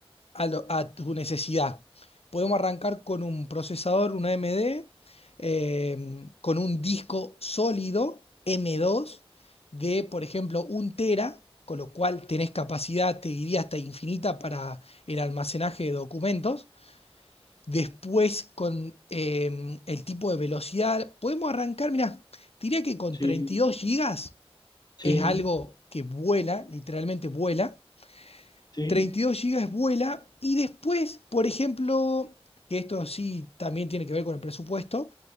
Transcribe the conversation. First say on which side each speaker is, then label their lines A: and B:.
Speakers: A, on the left; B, on the left.
A: a, lo- a tu necesidad. Podemos arrancar con un procesador, una AMD, eh, con un disco sólido M2 de, por ejemplo, un tera, con lo cual tenés capacidad, te diría, hasta infinita para el almacenaje de documentos. Después, con eh, el tipo de velocidad, podemos arrancar, mirá, diría que con
B: Sí.
A: treinta y dos gigas
B: Sí,
A: es algo que vuela, literalmente vuela.
B: sí.
A: treinta y dos gigas vuela y después, por ejemplo, que esto sí también tiene que ver con el presupuesto,